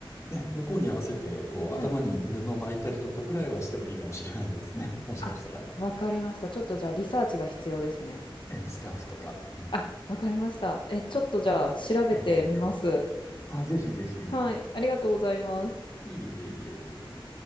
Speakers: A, on the left; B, on the left.
A: ね、向こうに合わせて、こう、
B: はい。
A: 頭に布巻いたりとかぐらいはしてもいいかもしれないですね。<laughs> もしかしたら。
B: あ、わかりました。ちょっとじゃあリサーチが必要ですね。
A: え、スカーフとか。うん。
B: あ、わかりました。え、ちょっとじゃあ調べてみます。
A: あ、ええ、ええ。ええあ、ぜひぜひ。
B: はい、ありがとうございます。
A: いえいえいえ。